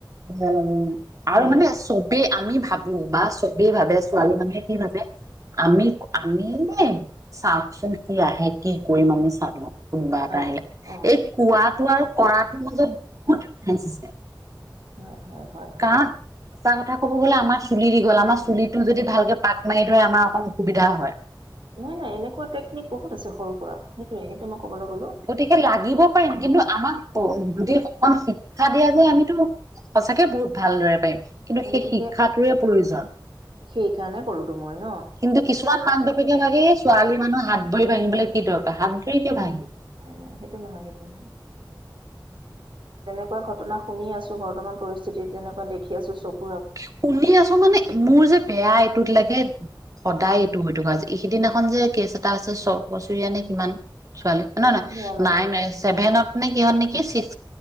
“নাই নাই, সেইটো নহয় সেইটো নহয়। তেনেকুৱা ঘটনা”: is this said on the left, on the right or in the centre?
Right